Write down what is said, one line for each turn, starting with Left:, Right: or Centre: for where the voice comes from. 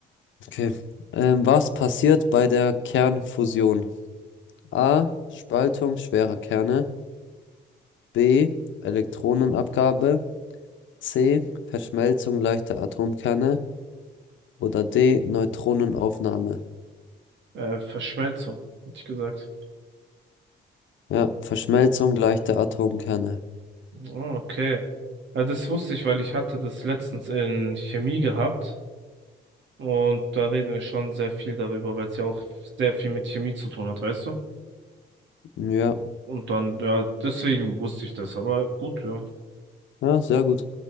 Left: Okay. Ähm, was passiert bei der Kernfusion? A. Spaltung schwerer Kerne. B. Elektronenabgabe. C. Verschmelzung leichter Atomkerne. Oder D. Neutronenaufnahme.
Right: Äh, Verschmelzung, hätte ich gesagt.
Left: Ja, Verschmelzung leichter Atomkerne.
Right: Oh, okay. Äh, das wusste ich, weil ich hatte das letztens in Chemie gehabt. Und da reden wir schon sehr viel darüber, weil es ja auch sehr viel mit Chemie zu tun hat, weißt du?
Left: Ja,
Right: Und dann, ja, deswegen wusste ich das, aber gut, ja.
Left: ja, sehr gut.